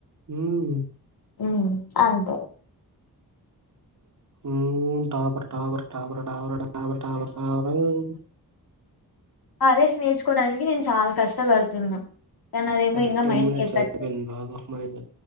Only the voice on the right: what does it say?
హ్మ్.
మ్ topper topper topper topper topper topper టాపరోయ్
సరే
మినిట్స్
అయిపోయింది. బాగా మనీగా